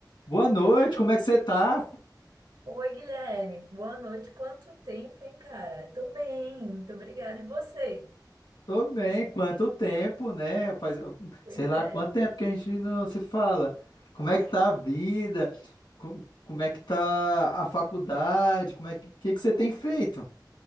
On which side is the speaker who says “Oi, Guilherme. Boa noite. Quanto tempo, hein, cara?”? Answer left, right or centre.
Right